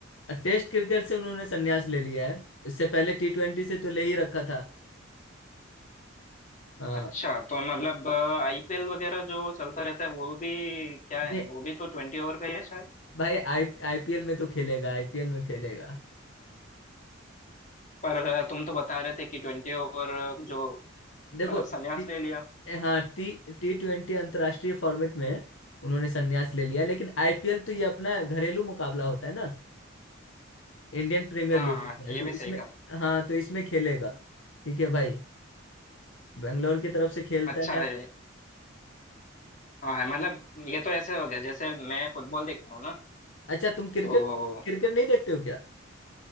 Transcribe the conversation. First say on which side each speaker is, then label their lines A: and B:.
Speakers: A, on the left (about 70°); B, on the left (about 40°).
A: और टेस्ट क्रिकेट से उन्होंने संन्यास ले लिया है इससे पहले टी ट्वेंटी से तो ले ही रखा था हाँ
B: अच्छा तो मतलब आईपीएल वगैरह जो चलता रहता है वो भी क्या है
A: नहीं
B: वो भी तो ट्वेंटी ओवर का ही है शायद
A: भाई आई आईपीएल में तो खेलेगा आईपीएल में खेलेगा
B: पर अ, तुम तो बता रहे थे कि ट्वेंटी ओवर जो
A: देखो
B: मतलब संन्यास
A: टी,
B: ले लिया
A: हाँ टी टी ट्वेंटी अंतर्राष्ट्रीय फॉर्मेट में उन्होंने संन्यास ले लिया लेकिन आईपीएल तो ये अपना घरेलू मुकाबला होता है ना इंडियन प्रीमियर
B: हाँ
A: लीग
B: हाँ
A: होता है
B: ये
A: तो
B: भी
A: इसमें
B: सही कहा
A: हाँ तो इसमें खेलेगा ठीक है भाई बेंगलोर की तरफ से खेलता
B: अच्छा
A: है
B: है हाँ है मतलब ये तो ऐसे हो गया जैसे मैं फुटबॉल देखता हूँ ना
A: अच्छा तुम क्रिकेट
B: तो
A: क्रिकेट नहीं देखते हो क्या